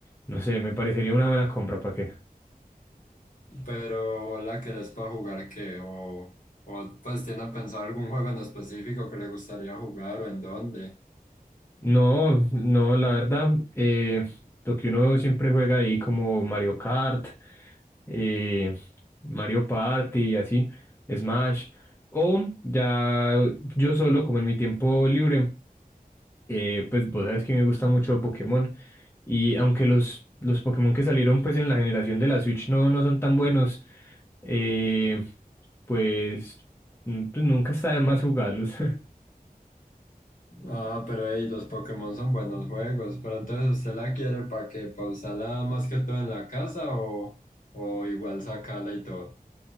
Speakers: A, on the left; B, on the left.
A: No sé, me parecería una buena compra, ¿para qué?
B: Pero ¿la querés para jugar qué? ¿O, o pues tiene pensado algún juego en específico que le gustaría jugar o en dónde?
A: No, no, la verdad, eh, lo que uno siempre juega ahí como Mario Kart, eh, Mario Party y así, Smash, o ya yo solo, como en mi tiempo libre, eh, pues vos sabes que me gusta mucho Pokémon, y aunque los, los Pokémon que salieron pues en la generación de la Switch no, no son tan buenos, eh, pues, n- pues nunca está de más jugarlos. <laughs>
B: Ah, pero hey, los Pokémon son buenos juegos. Pero entonces, ¿usted la quiere para que pausarla más que todo en la casa o, o igual sacarla y todo?